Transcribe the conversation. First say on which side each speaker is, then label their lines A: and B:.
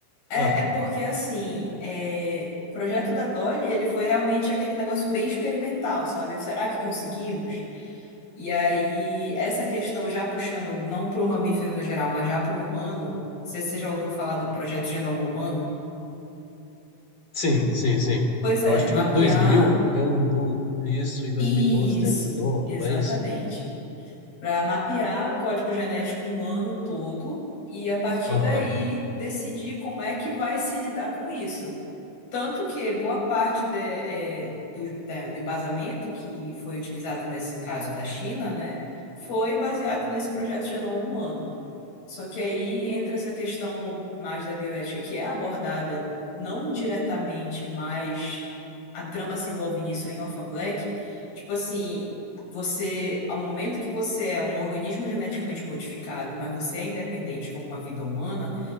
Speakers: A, on the left; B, on the left.
A: É,
B: Ah,
A: é porque assim, é, o projeto da Dolly, ele foi realmente aquele negócio bem experimental, sabe? Será que conseguimos? E aí, essa questão já puxando não para o mamífero no geral, mas já para o humano, se você já ouviu falar do projeto Genoma Humano?
B: sim, sim, sim.
A: Pois é,
B: Eu acho
A: mapear
B: que dois mil deu um boom nisso e 2012
A: isso,
B: terminou,
A: exatamente.
B: não é isso?
A: Para mapear o código genético humano todo e a partir
B: Aham.
A: daí decidir como é que vai se lidar com isso. Tanto que boa parte de- eh, do, da- do embasamento que foi utilizado nesse caso da China, né, foi baseado nesse projeto de genoma humano. Só que aí entra essa questão mais da bioética, que é abordada não diretamente, mas a trama se envolve nisso em Orphan Black. Tipo assim, você, ao momento que você é um organismo geneticamente modificado, mas você é independente como uma vida humana,